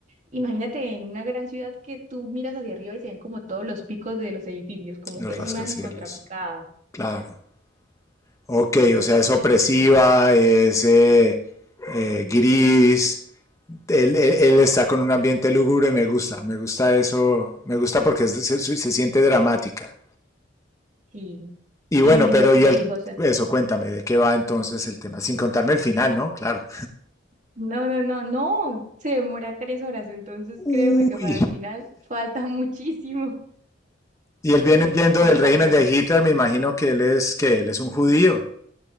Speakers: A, on the right; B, on the left.
A: Imagínate en una gran ciudad que tú miras hacia arriba y se ven como todos los picos de los edificios, como
B: los
A: esa
B: rascacielos.
A: imagen contrapicada
B: Claro. Ok, o sea, es opresiva, es eh, eh, gris. Él, él, él, está con un ambiente lúgubre, me gusta, me gusta eso, me gusta porque es- se, se siente dramática.
A: Sí.
B: Y
A: Y
B: bueno, pero
A: lo que
B: y
A: te
B: el,
A: digo, o sea,
B: eso, cuéntame, ¿de qué va entonces el tema? Sin contarme el final, ¿no? Claro.
A: no, no, no, no, se demora tres horas, entonces
B: Uy.
A: créeme que para el final falta <laughs> muchísimo,
B: Y él viene
A: eh,
B: huyendo
A: pero vale
B: del régimen
A: la pena.
B: de Hitler, me imagino que él es, que él es un judío.